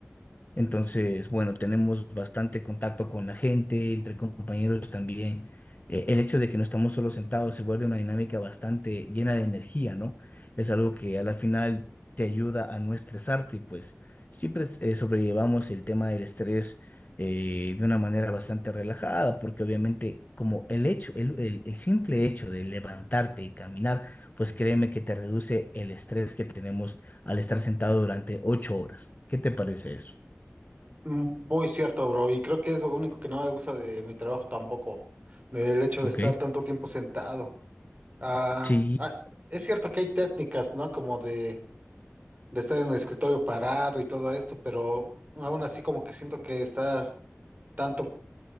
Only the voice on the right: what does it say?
Mm, Muy cierto, bro, y creo que es lo único que no me gusta de mi trabajo tampoco, del hecho de
estar tanto tiempo sentado. Ah,
ah, es cierto que hay técnicas, ¿no? Como de, de estar en el escritorio parado y todo esto, pero aún así como que siento que estar tanto